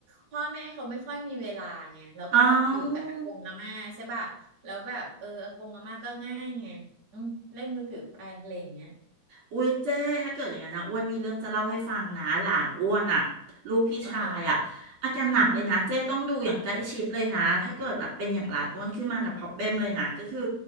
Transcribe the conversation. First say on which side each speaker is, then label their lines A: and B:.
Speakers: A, on the right; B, on the right.
A: พ่อแม่เขาไม่ค่อยมีเวลาไงแล้วก็อยู่กับอากงอาม่าใช่ป่ะแล้วแบบเอออากงอาม่าก็ง่ายไงอืมเล่นมือถือไปอะไรอย่างเงี้ย
B: เอา อุ๊ยเจ้ถ้าเกิดอย่างนั้นนะอ้วนมีเรื่องจะเล่าให้ฟังนะหลานอ้วนอ่ะลูกพี่ชายอ่ะอาการหนักเลยนะเจ้ต้องดูอย่างใกล้ชิดเลยนะถ้าเกิดแบบเป็นอย่างหลานอ้วนขึ้นมานะพอบเบ
A: อ๋อฮะอืม
B: e มเลยนะก็คือ